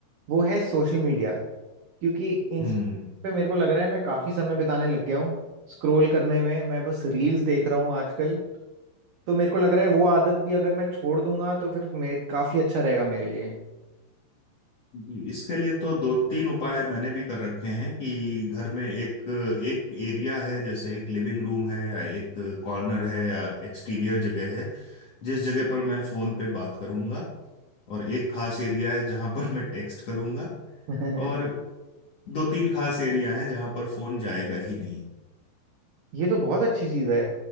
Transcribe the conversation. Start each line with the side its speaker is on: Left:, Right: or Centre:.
Right: वो है सोशल मीडिया क्योंकि इंस्टा
Left: हम्म
Right: पे मेरे को लग रहा है मैं काफ़ी समय बिताने लग गया हूँ स्क्रोल करने में मैं बस रील्स देख रहा हूँ आजकल तो मेरे को लग रहा है वो आदत भी अगर मैं छोड़ दूंगा तो फिर मेरे काफ़ी अच्छा रहेगा मेरे लिए
Left: जी, इसके लिए तो दो तीन उपाय मैंने भी कर रखे हैं कि घर में एक एक एरिया है जैसे एक लिविंग रूम है या एक कॉर्नर है या एक्सटीरियर जगह है जिस जगह पर मैं फोन पे बात करूंगा और एक खास एरिया है जहां पर मैं टेक्स्ट करूंगा
Right: <laughs>
Left: और दो तीन खास एरिया हैं जहां पर फोन जाएगा ही नहीं
Right: ये तो बहुत अच्छी चीज है